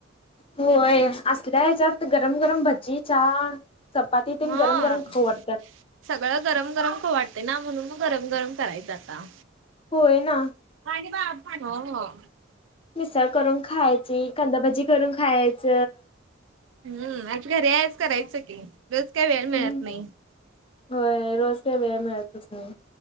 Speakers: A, on the left; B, on the right.
A: होय असल्या ह्याच्यात गरम गरम भ जी च्या चपातीतेन
B: हा
A: गरम गरम खाऊ वाटत्या
B: सगळं गरम गरम खाऊ वाटतेय ना म्हणून मग गरम गरम करायच आता
A: होय ना
B: <unintelligible> हो हो
A: मिसळ करून खायची कांदाभजी करून खायच
B: हम्म आज घरी आहेच करायचं की रोज काय वेळ मिळत
A: हम्म
B: नाही
A: होय रोज काही वेळ मिळतच नाही